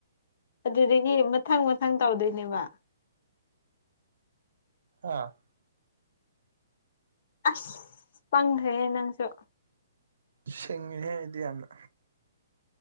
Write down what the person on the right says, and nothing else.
ꯍꯥꯥ
ꯁꯤꯡꯉꯤꯍꯦ ꯑꯩꯗꯤ ꯌꯥꯝꯅ